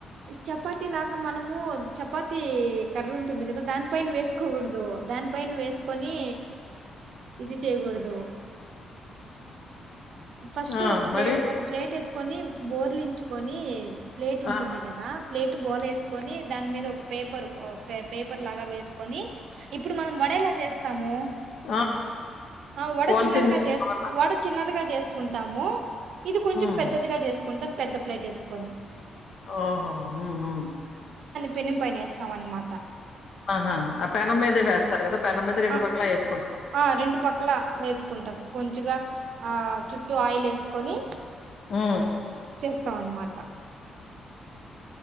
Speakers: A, on the right (about 70°); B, on the left (about 65°).
A: చపాతి లాగా మనము చపాతి కర్రుంటుంది కదా దాన్ పైన వేసుకోకూడ్దు దాన్ పైన వేసుకొని ఇది చేయకూడ్దు. ఫస్ట్
B: ఆ!
A: ఒక ప్లేట్
B: మరి?
A: ఒక ప్లేట్ ఎత్త్ కొని బోర్లించుకొని ప్లేట్ ఉంటుంది
B: ఆహా!
A: కదా ప్లే ట్ బొలేస్కొని దాన్ మీద ఒక పేపర్ ఒ పే పేపర్ లాగా వేస్కొని ఇప్పుడు మనం వడేలా చేస్తాము.
B: ఆ!
A: ఆ వడ
B: పాలిథీన్
A: చిన్నదిగా జేస్,
B: వల్ల.
A: వడ చిన్నదిగా జేస్ ఉంటాము. ఇది కొంచెం
B: హ్మ్.
A: పెద్దదిగా జేసుకుంటం. పెద్ద ప్లేట్ ఎత్త్కొని
B: ఓహో, హు హు
A: పెన్నిం పైనేస్సాం అనమాట.
B: ఆహా! ఆ పెనం మీదే వేస్తారు కదా! పెనం మీద
A: ఆ
B: పక్కలా ఏపుకుంటారు.
A: ఆ రెండు పక్క్ల వేపుకుంటాం కొంచుగ ఆ ఆయిల్ ఏస్కొని
B: ఉ
A: చేస్సం అన్మాట.